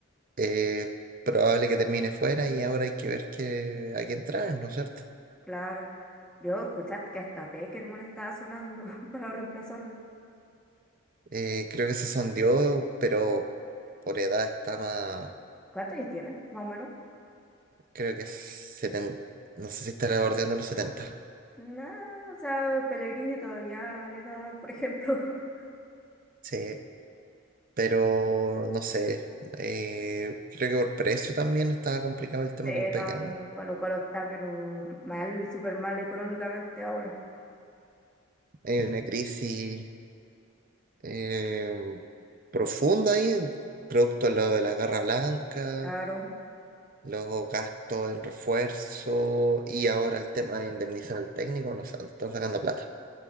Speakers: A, on the right (about 40°); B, in the centre.
A: eh, probable que termine fuera y ahora hay que ver que, a quién traen, ¿no es cierto?
B: Claro. Yo escuchaste que hasta Peckerman estaba sonando <laughs> para reemplazarlo.
A: Eh, creo que se sondeó, pero por edad está más,
B: ¿Cuántos años tiene? Más o menos.
A: creo que es no sé si estará bordeando los 70.
B: Nada, o sea, Pellegrini todavía le da, por ejemplo. <laughs>
A: Sí, pero no sé, eh, creo que por precio también estaba complicado el tema
B: Sí,
A: con Peckerman.
B: no, Colo Colo está, pero mal, súper mal económicamente ahora.
A: Hay una crisis eh, profunda ahí, producto de lo de la Guerra Blanca,
B: Claro,
A: los gastos en refuerzo y ahora el tema de indemnizar al técnico, no sé, dónde están sacando plata.